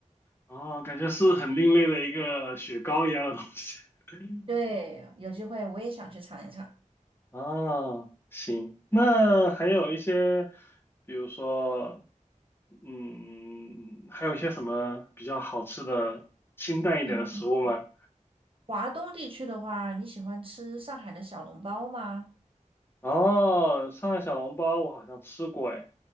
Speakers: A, on the left; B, on the right.
A: 哦，感觉是很另类的一个雪糕一样的东西。<laughs>
B: 对，有机会我也想去尝一尝。
A: 哦，行，那还有一些，比如说，嗯，还有一些什么比较好吃的清淡一点的食物吗？
B: 嗯，华东地区的话，你喜欢吃上海的小笼包吗？
A: 哦，上海小笼包我好像吃过，哎，